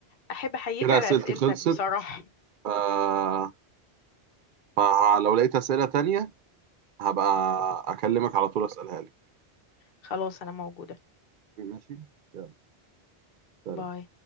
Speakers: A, on the left (about 60°); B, on the right (about 60°).
A: أحب أحييك
B: كده
A: على
B: اسئلتي
A: أسئلتك
B: خلصت
A: بصراحة
B: آه فلو لقيت اسئلة تانية هبقى اكلمك على طول اسألها لك
A: خلاص أنا موجودة
B: ماشي يلا سلام
A: باي